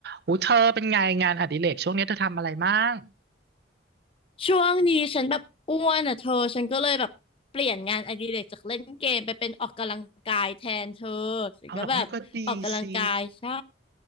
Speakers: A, on the right; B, on the left.
A: หูเธอเป็นไงงานอดิเรกช่วงนี้เธอทำอะไรมั่ง
B: ช่วงนี้ฉันแบบอ้วนอ่ะเธอฉันก็เลยแบบเปลี่ยนงานอดิเรกจากเล่นเกมไปเป็นออกกำลังกายแทนเธอฉันก็แบบออกกำลังกายใช่
A: เอาเหรอโอ้ยก็ดีสิ